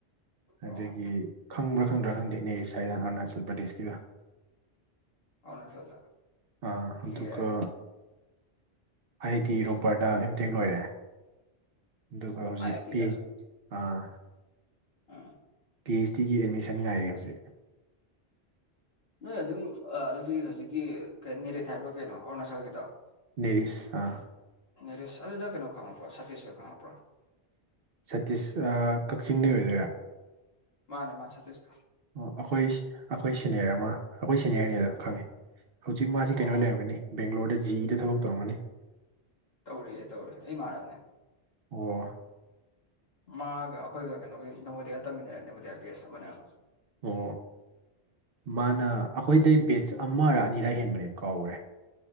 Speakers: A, on the right; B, on the left.
A: ꯑꯗꯒꯤ
B: ꯑꯣ
A: ꯈꯪꯕ꯭ꯔꯥ ꯈꯪꯗ꯭ꯔꯥ ꯈꯪꯗꯦ ꯅꯦꯔꯤꯁ ꯍꯥꯏ ꯑꯔꯨꯅꯥꯆꯜ ꯄ꯭ꯔꯗꯦꯁꯀꯤꯗꯨ
B: ꯑꯔꯨꯅꯥꯆꯜꯗ
A: ꯑ ꯑꯗꯨꯀ
B: ꯑꯦ ꯑꯥꯏ
A: ꯑꯥꯏ ꯑꯥꯏ ꯇꯤ ꯔꯣꯄꯔꯗ ꯑꯦꯝꯇꯦꯛ ꯂꯣꯏꯔꯦ ꯑꯗꯨꯒ ꯍꯧꯖꯤꯛ
B: ꯑꯥꯏ ꯇꯤꯗ
A: ꯄꯤ ꯑ‌ꯦꯖ ꯑꯥ
B: ꯎꯝ
A: ꯄꯤ ꯑ‌ꯦꯖ ꯗꯤꯒꯤ ꯑꯦꯗꯃꯤꯁꯟ ꯉꯥꯏꯔꯤ ꯍꯧꯖꯤꯛ
B: ꯅꯣꯏ ꯑꯗꯨꯝ ꯑꯗꯨꯗꯤ ꯍꯧꯖꯤꯛꯀꯤ ꯀ ꯅꯦꯔꯤꯠ ꯍꯥꯏꯕ ꯀꯩꯅꯣ ꯑꯔꯨꯅꯥꯆꯜꯒꯤꯗꯣ
A: ꯅꯦꯔꯤꯁ ꯑꯥ
B: ꯅꯦꯔꯤꯁ ꯑꯗꯨꯗ ꯀꯩꯅꯣ ꯈꯪꯉꯛꯄ꯭ꯔꯣ ꯁꯇꯤꯁ ꯁꯣꯏ ꯈꯪꯉꯛꯄ꯭ꯔꯣ
A: ꯁꯇꯤꯁ ꯑꯥ ꯀꯛꯆꯤꯡꯗꯩ ꯑꯣꯏꯗꯣꯏꯔꯥ
B: ꯃꯥꯅꯦ ꯃꯥꯁ ꯇꯁꯣ
A: ꯑꯣ ꯑꯩꯈꯣꯏ ꯑꯩꯈꯣꯏ ꯁꯦꯅꯤꯌꯔ ꯑꯃ ꯑꯩꯈꯣꯏ ꯁꯦꯅꯤꯌꯔꯅꯤ ꯑꯗꯣ ꯈꯪꯉꯦ ꯍꯧꯖꯤꯛ ꯃꯥꯁꯤ
B: ꯑꯣ
A: ꯀꯩꯅꯣ ꯂꯩꯔꯝꯃꯅꯤ ꯕꯦꯡꯒ꯭ꯂꯣꯔꯗ ꯖꯤ ꯏꯗ ꯊꯕꯛ ꯇꯧꯔꯝꯃꯅꯤ
B: ꯇꯧꯔꯤꯌꯦ ꯇꯧꯔꯤꯌ‌ꯦ ꯑꯩ ꯏꯃꯥꯅꯕꯅꯤ
A: ꯑꯣ
B: ꯃꯥꯒ ꯑꯩꯈꯣꯏꯒ ꯀꯩꯅꯣꯒꯤ ꯅꯪꯒꯣꯗꯤꯌꯥ ꯇꯝꯃꯤꯟꯅꯔꯦ ꯅꯃꯣꯗꯤꯌꯥ ꯦꯁ ꯑꯃꯅꯦꯕ
A: ꯑꯣ ꯃꯥꯅ ꯑꯩꯈꯣꯏꯗꯩ ꯕꯦꯠꯁ ꯑꯃꯔ ꯑꯅꯤꯔ ꯍꯦꯟꯕꯅꯦ ꯀꯥꯎꯈ꯭ꯔꯦ